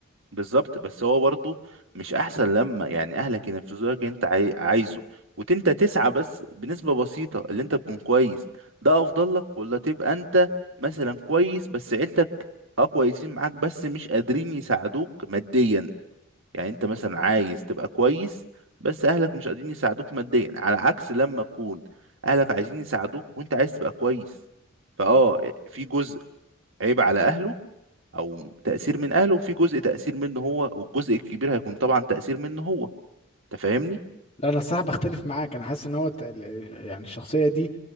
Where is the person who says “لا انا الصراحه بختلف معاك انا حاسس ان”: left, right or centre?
Left